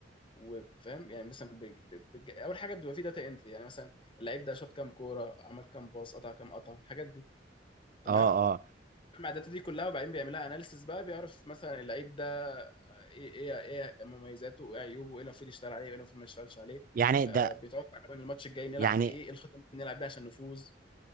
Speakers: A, on the left; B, on the right.
A: وفاهم يعني مثلا بج... بج... اول حاجه بتبقى في داتا انتري يعني مثلا اللعيب ده شاط كام كوره عمل كام باص قطع كام قطع الحاجات دي تمام
B: اه اه
A: مع الداتا دي كلها وبعدين بيعمل لها اناليسز بقى بيعرف مثلا اللعيب ده آه، ايه ايه ايه مميزاته وايه عيوبه وايه اللي المفروض يشتغل عليه وايه اللي المفروض ما يشتغلش عليه
B: يعني
A: آه
B: ده
A: بيتوقع من الماتش الجاي نلعب
B: يعني
A: ايه ايه الخطه اللي ممكن نلعب بيها عشان نفوز